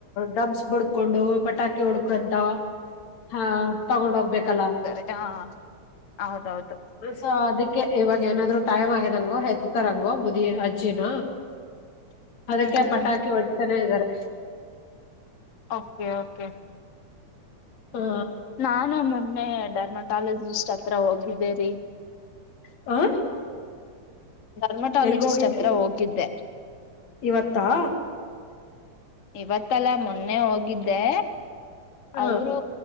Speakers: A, on the left; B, on the left.
A: ಡಬ್ಸ್ ಬಡ್ಕೊಂಡು ಪಟಾಕಿ ಹೊಡ್ಕೊಂತ ಹ ತಗೊಂಡ್ ಹೋಗ್ಬೇಕಲ್ಲ.
B: ದರೆ ಆ ಹೌದೌದು.
A: ಸು ಅದಕ್ಕೆ ಇವಾಗ ಏನಾದ್ರು ಟೈಮ್ ಆಗಿದಂಗೋ ಹೆತ್ತತಾರಂಗೋ ಮುದಿ ಅಜ್ಜಿನ
B: <inaudible>
A: ಅದಕ್ಕೆ
B: ಹ್ಮ್
A: ಪಟಾಕಿ ಹೊಡೀತಾನೆ ಇದ್ದಾರೆ
B: ಓಕೆ ಓಕೆ
A: ಹಾ
B: ನಾನು ಮೊಮ್ಮೆ ಡರ್ಮಟಾಲಜಿಸ್ಟ್ ಹತ್ರ ಹೋಗಿದ್ದೇರಿ.
A: ಆ
B: ಡರ್ಮಟಾಲಜಿಸ್ಟ್
A: ಎಲ್ಗ ಹೋಗಿದ್ರಿ
B: ಹತ್ರ ಹೋಗಿದ್ದೆ.
A: ಇವತ್ತಾ?
B: ಇವತ್ತಲ್ಲ ಮೊನ್ನೆ ಹೋಗಿದ್ದೆ
A: ಹ
B: ಅವರು